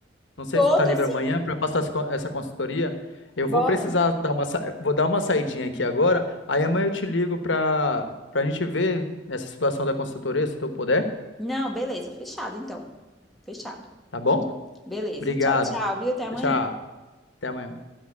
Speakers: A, on the left; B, in the centre.
A: Não sei
B: Tô,
A: se tu tá
B: tô
A: livre
B: sim,
A: amanhã para passar essa con- essa consultoria. Eu
B: bora.
A: vou precisar dar uma, sa- vou dar uma saidinha aqui agora. Aí amanhã eu te ligo para para gente ver essa situação da consultoria, se tu puder,
B: Não, beleza, fechado então. Fechado.
A: tá bom?
B: Beleza,
A: Obrigado.
B: tchau, tchau, viu? Até amanhã.
A: Tchau, tchau. Até amanhã.